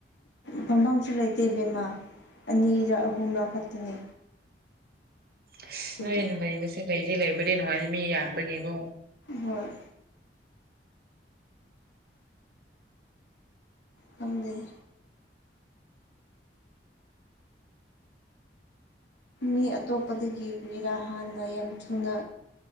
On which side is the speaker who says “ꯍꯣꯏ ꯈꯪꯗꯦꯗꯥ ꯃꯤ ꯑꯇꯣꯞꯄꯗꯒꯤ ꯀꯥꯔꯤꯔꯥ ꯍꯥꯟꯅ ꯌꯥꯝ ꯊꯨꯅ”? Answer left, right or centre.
Left